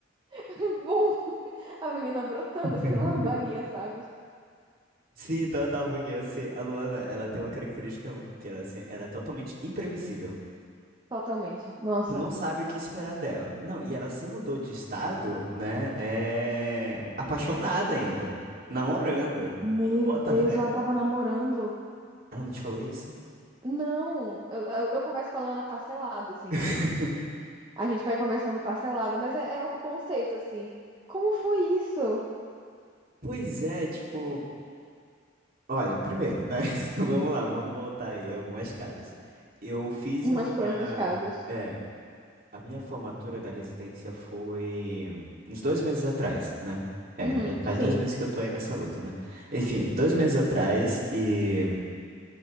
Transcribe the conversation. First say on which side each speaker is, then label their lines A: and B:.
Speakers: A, on the right (about 25°); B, on the right (about 50°).
A: <laughs> bum, a menina brotando,
B: <laughs>
A: assim, lá na Bahia, sabe?
B: Sim, então tá, porque assim, a Luana, ela tem uma característica que ela, assim, ela é totalmente imprevisível.
A: Totalmente. Nossa.
B: Tu não sabe o que esperar dela. Não, e ela se mudou de estado, né? É... Apaixonada ainda. Namorando.
A: Meu
B: Tu bota
A: Deus,
B: fé?
A: ela tava namorando.
B: Ela não te falou isso?
A: Não, eu, eu, eu converso com a Leona parcelado, assim.
B: <laughs>
A: A gente vai conversando parcelado, mas é, é o conceito, assim. Como foi isso?
B: Pois é, tipo. Olha, primeiro, né? <laughs> Vamos lá, vamos voltar aí algumas casas. Eu fiz
A: Umas
B: a minha,
A: tantas casas.
B: é, a minha formatura da residência foi uns dois meses atrás, né? É,
A: Uhum,
B: já faz
A: sim.
B: dois meses que eu tô aí nessa luta, né? Enfim, dois meses atrás e,